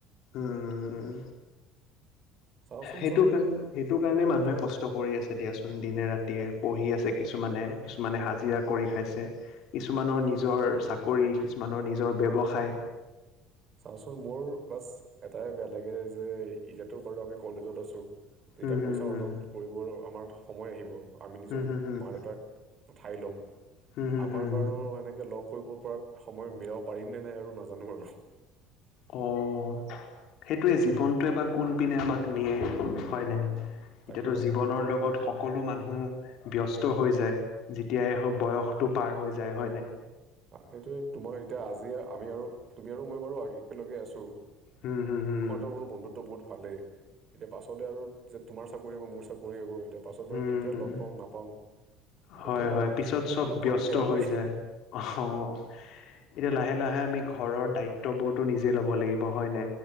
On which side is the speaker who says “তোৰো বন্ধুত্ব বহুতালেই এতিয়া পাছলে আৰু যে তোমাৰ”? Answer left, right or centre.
Right